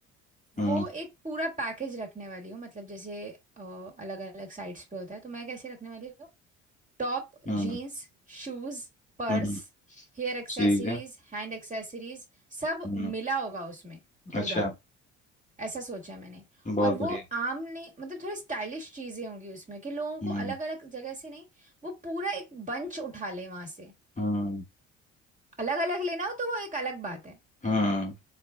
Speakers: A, on the left; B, on the right.
A: हम्म
B: वो एक पूरा पैकेज रखने वाली हूँ मतलब जैसे अलग अलग साइट्स पे होता है तो मैं कैसे रखने वाली हूँ top
A: हम्म
B: jeans shoes purse
A: हम्म,
B: hair accessories
A: ठीक है
B: hand accessories सब
A: हम्म,
B: मिला होगा उसमें
A: अच्छा
B: पूरा ऐसा सोचा है मैंने
A: बहुत
B: और वो
A: बढ़िया
B: आम नहीं मतलब थोड़ी स्टाइलिश चीज़ें होंगी उसमें कि लोगों को
A: हम्म
B: अलग अलग जगह से नहीं वो पूरा एक बंच उठा ले वहां से
A: हम्म
B: अलग अलग लेना हो तो वो एक अलग बात है
A: हम्म